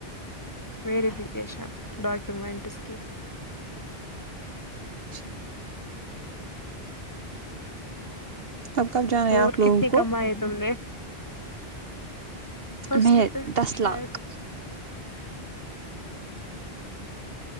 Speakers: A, on the left; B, on the right.
A: ویریفکیشن ڈاکومینٹس اسکی
B: اچھا اب کب جانا ہے
A: اور
B: آپ لوگوں
A: کتنے
B: کو
A: کمائی تم نے فسٹ
B: میں
A: پہ
B: دس
A: شاید
B: لاکھ